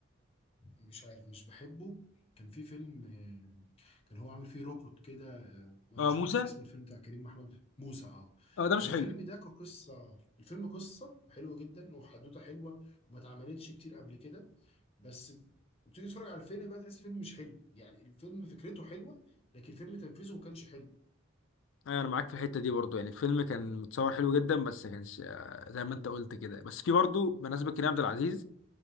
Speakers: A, on the left (about 30°); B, on the left (about 70°).
A: مش عارف مش بحبه كان في فيلم آه، كان هو عامل فيه روبوت كده آه، انا
B: أه
A: مش
B: موسى
A: فاكر اسم الفيلم بتاع كريم محمود موسى اه
B: أه ده مش
A: الفيلم
B: حلو
A: ده كقصه الفيلم قصه حلوه جدا وحدوته حلوه وما اتعملتش كتير قبل كده بس بتيجي تتفرج على الفيلم بقى تحس فيلم مش حلو يعني الفيلم فكرته حلوه لكن فيلم تنفيذه ما كانش حلو
B: أيوة أنا معاك في الحتة دي برضو يعني الفيلم كان متصور حلو جدا بس كانش آه، زي ما أنت قلت كده بس في برضو بمناسبة كريم عبد العزيز